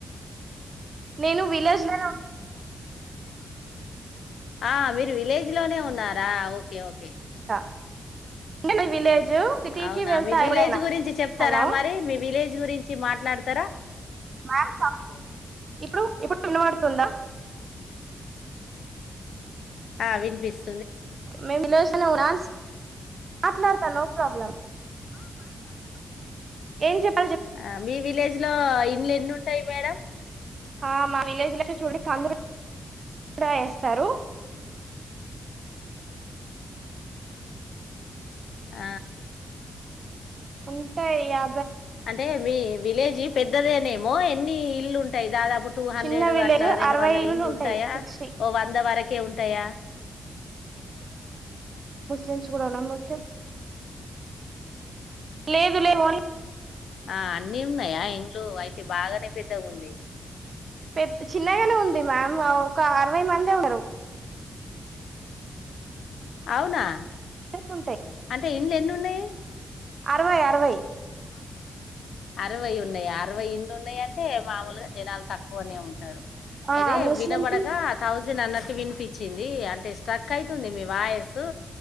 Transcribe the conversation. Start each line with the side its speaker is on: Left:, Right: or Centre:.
Right: నేను విలేజ్ లో
Left: ఇ ఆ మీరు విలేజ్ లోనే ఉన్నారా ఓక్ ఓకే ఓకే
Right: అంటే నేన్ విలేజ్ సిటీకి
Left: అవునా
Right: వెళ్తా
Left: మీ విలేజ్
Right: ఎప్పుడైనా
Left: గురించి చెప్తారా
Right: హలో
Left: మరి మీ విలేజ్ గురించి మాట్లాడతారా
Right: మ్యామ్
Left: ఎక్కువ జనాలు
Right: క
Left: ఆమెన్
Right: ఇప్పుడు
Left: పంపించిన
Right: ఇప్పుడు వినబడుతుందా
Left: ఇప్పుడు ఇప్పుడు ఆ వినిపిస్
Right: మేము విలేజ్ లోనే ఉన్నాంస్ మాట్లాడతాను ప్రాబ్లం
Left: ఆ మాట్లాడతా నో ప్రాబ్లం
Right: ఏం చెప్
Left: ఆ మీ విలేజ్ లో ఇండ్లు ఎన్ని ఉంటాయి మేడం
Right: ఆ మా విలేజ్ లో <unintelligible> <inaudible> కూడా వేస్తారు
Left: ఆ
Right: ఉంటాయి యా
Left: అంటే మీ విలేజీ పెద్దదేనేమో ఎన్ని ఇల్లు ఉంటాయి దాదాపు టూ హండ్రెడ్
Right: చిన్న విలేజ్
Left: అట్లా రెండు
Right: అరవై
Left: వందల
Right: ఇల్లులు
Left: ఇండ్లు
Right: ఉంటాయి
Left: ఉంటాయా
Right: సిక్స్టీ
Left: ఓ వంద వరకి కే ఉంటాయా
Right: తెలుసు కూడా నా ఆమె కే లేదులే వాళ్లే
Left: ఆ అన్నీ ఉన్నాయి ఆ ఇండ్లు అయితే బాగానే పెద్దగా ఉంది.
Right: పెద్ద చిన్నగానే ఉంది మ్యామ్ ఒక అరవై మందే ఉన్నారు
Left: అవునా
Right: ఎన్ని ఉంటాయి
Left: అంటే ఇండ్లు ఎన్ని ఉన్నాయి
Right: అరవై అరవై
Left: అరవ్ అరవై ఉన్నాయి అరవై ఇండ్లు ఉన్నాయి అంటే మామూలుగా జనాలు తక్కువనే ఉంటారు
Right: ఆ
Left: అయితే
Right: ముస్లిమ్స్
Left: వినబడక తౌసం డ్ అన్నట్టు వినిపించింది అంటే స్ట్రక్ అయితుంది మీ వాయిసు